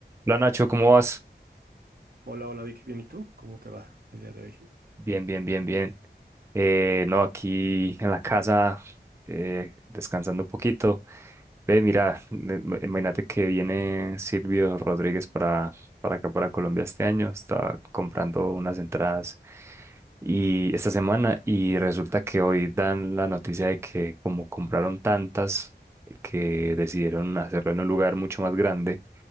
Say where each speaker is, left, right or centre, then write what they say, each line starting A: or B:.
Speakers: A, on the right; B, on the right.
A: Hola Nacho, ¿cómo vas?
B: Hola, hola Vic, bien, ¿y tú? ¿Cómo te va el día de hoy?
A: Bien, bien, bien, bien. Eh, no, aquí en la casa, eh, descansando un poquito. Ve, mira, me- me- imagínate que viene Silvio Rodríguez para, para acá, para Colombia este año. Estaba comprando unas entradas y esta semana y resulta que hoy dan la noticia de que como compraron tantas, que decidieron hacerlo en un lugar mucho más grande